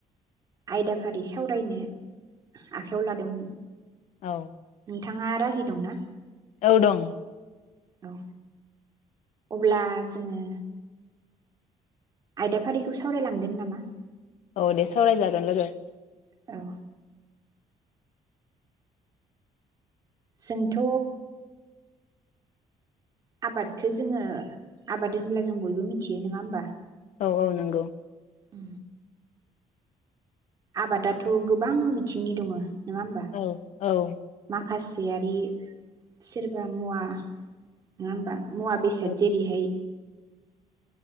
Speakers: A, on the right (about 30°); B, on the left (about 80°).
A: आयदाफारि सावरायनो आखाइयाव लादोंमोन।
B: औ
A: नोंथाङा राजि दं ना
B: औ दं
A: औ अब्ला जोङो आयदाफारिखौ सावरायलांदों नामा
B: औ दे सावरायजागोन लोगो।
A: औ जोंथ' आबादखौ जोङो आबाद होनब्ला जों बयबो मिथियो नङा होम
B: औ औ नंगौ
A: उ आबादाथ' गोबां बिथिंनि दङ नङा होमबा
B: औ औ
A: माखासेयारि सोरबा मुवा नङा होनबा मुवा बेसाद
B: औ
A: जेरैहाय